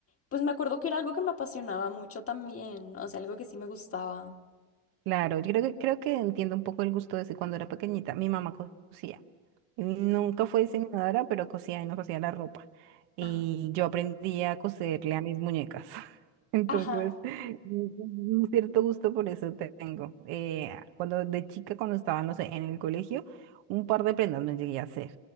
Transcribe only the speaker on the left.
Pues me acuerdo que era algo que me apasionaba mucho también, o sea, algo que sí me gustaba.
Ah,
Ajá,